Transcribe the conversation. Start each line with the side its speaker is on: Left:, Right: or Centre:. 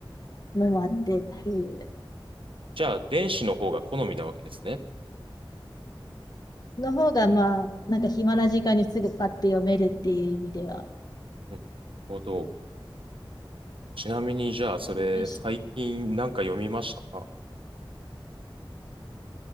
Left: のもあってっていう
Right: じゃあ、電子の方が好みなわけですね。
Left: の方が、まあ、なんか暇な時間にすぐパッて読めるっていう意味では、
Right: うん。なるほど。ちなみに、じゃあ、それ、
Left: よし
Right: 最近なんか読みました